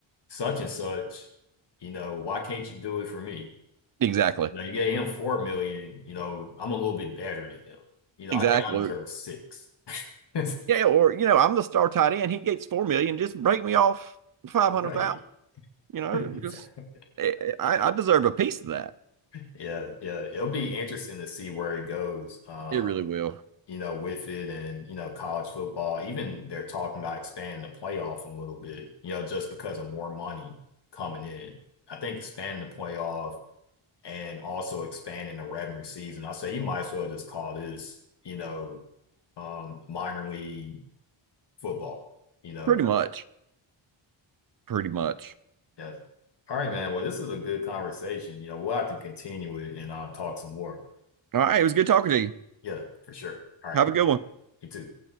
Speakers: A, on the left; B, on the right.
A: such and such, you know, why can't you do it for me?
B: Exactly,
A: Now you gave him four million, you know, I'm a little bit better than him. You know,
B: exactly.
A: I think I deserve six. <laughs>
B: Yeah, or you know, I'm the star tight end. He gets four million. Just break me off five hundred
A: Right.
B: thousand. You know,
A: <laughs> Exactly.
B: just eh, eh, I, I deserve a piece of that.
A: Yeah, yeah. It'll be interesting to see where it goes, um,
B: It really will.
A: you know, with it and, you know, college football. Even they're talking about expanding the playoff a little bit, you know, just because of more money coming in. I think expanding the playoff and also expanding the regular season. I say you might as well just call this, you know, um, minor league football, you know.
B: Pretty much. Pretty much.
A: Yeah. All right, man. Well, this is a good conversation. You know, we'll have to continue it and um, talk some more.
B: All right. It was good talking to you.
A: Yeah, for sure. All right.
B: Have a good one.
A: You too.